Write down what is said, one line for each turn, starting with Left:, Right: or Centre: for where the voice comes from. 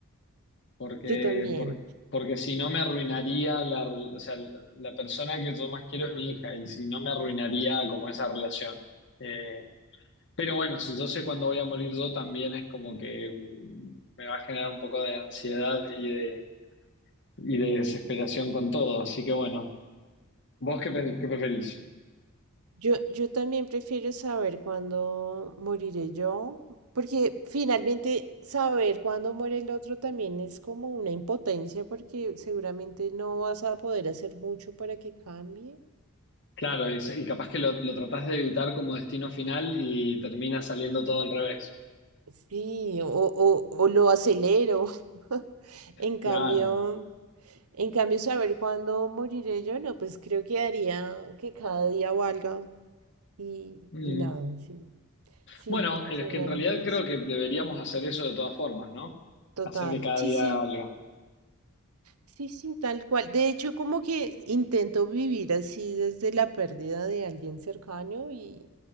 Left: porque,
Right: Yo también.
Left: por- porque si no me arruinaría la, re- o sea, la persona que yo más quiero es mi hija, y si no me arruinaría como esa relación. Eh, pero bueno, si yo sé cuándo voy a morir yo, también es como que mm, me va a generar un poco de ansiedad y de, y de desesperación con todo. Así que bueno, ¿vos qué, pe- qué preferís?
Right: Yo, yo también prefiero saber cuándo moriré yo, porque finalmente saber cuándo muere el otro también es como una impotencia, porque seguramente no vas a poder hacer mucho para que cambie.
Left: Claro, y, se- y capaz que lo, lo tratás de evitar como destino final y termina saliendo todo al revés.
Right: Sí, o, o, o lo acelero. <laughs> En
Left: Claro.
Right: cambio, en cambio, saber cuándo moriré yo, no, pues creo que haría que cada día valga y,
Left: Mm.
Right: y nada, sí, sí,
Left: Bueno, es
Right: seguramente
Left: que en realidad
Right: eso.
Left: creo que deberíamos hacer eso de todas formas, ¿no?
Right: Total,
Left: Hacer que cada
Right: sí,
Left: día
Right: sí.
Left: valga.
Right: Sí, sí, tal cual. De hecho, como que intento vivir así desde la pérdida de alguien cercano y,